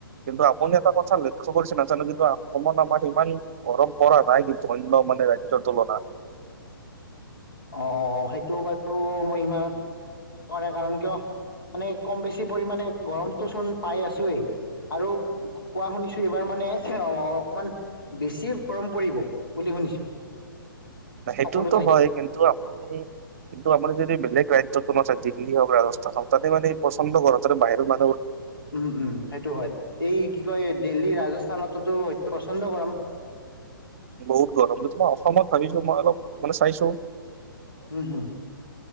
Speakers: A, on the right; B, on the left.
A: কিন্তু আপুনি এটা কথা লক্ষ্য কৰিছে নাজানো। কিন্তু অসমত আমাৰ ইমান গৰম পৰা নাই, কিন্তু অন্য মানে ৰাজ্যত তুলনা
B: অ, সেইটো বাৰু মই ইমানত পৰে কাৰণ কিয় মানে কম বেছি পৰিমানে গৰমটো চোন পাই আছোৱেই। আৰু কোৱা শুনিছো এইবাৰ মানে অকমান বেছি গৰম পৰিব বুলি। শুনিছোঁ।
A: সেইটোতো
B: সকলো ঠাইতে
A: হয়। কিন্তু আপুনি- কিন্তু আপুনি যদি বেলেগ ৰাজ্যতো <unintelligible> দিল্লী হওঁক, ৰাজস্থান হওঁক, তাতে মানে পচন্দ গৰম। তাতে বাহিৰৰ মা
B: উম, উম। সেইটো হয়। এই কি কয় দিল্লী, ৰাজস্থানতোতো পচন্দ গৰম।
A: বহুত গৰম। সেইটো মই অসমত ভাবিছোঁ, মই অলপ মানে চাইছোঁ
B: উম, হুম।